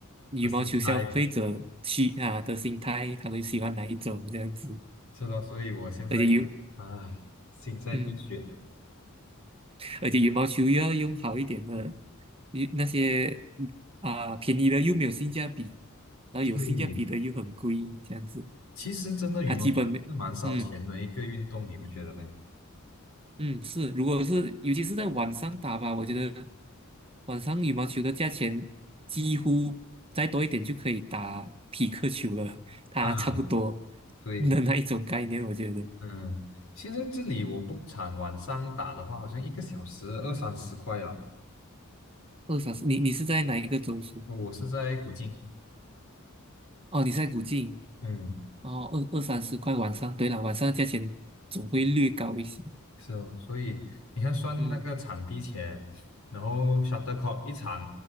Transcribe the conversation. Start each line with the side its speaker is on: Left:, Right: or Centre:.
Right: 羽毛球消费者需啊的心态，
Left: 这心态
Right: 他们喜欢哪一种这样子，
Left: 是咯，所以我现在有啊心在滴血，
Right: 而且有嗯，而且羽毛球又要用好一点的，一那些啊便宜的又没有性价比，然后有性价比的又很贵，
Left: 所以。
Right: 这样子，
Left: 其实真的羽毛球是蛮烧钱的一个运动，
Right: 他基本没嗯。
Left: 你不觉得吗？
Right: 嗯，是，如果是尤其是在晚上打吧，我觉得晚上羽毛球的价钱几乎再多一点就可以打匹克球了，它差不多
Left: 啊，对，
Right: 的那一种概念，我觉得
Left: 嗯，现在这里我 b o 场晚上打的话，好像一个小时二三十块了。
Right: 二三十，你你是在哪一个中枢？
Left: 我是在古晋，
Right: 哦，你是在古晋，
Left: 嗯，
Right: 哦，二二三十块晚上，对了，晚上的价钱总会略高一些，
Left: 是哦，所以你看算那个场地钱，
Right: 嗯
Left: 然后 shuttlecock 一场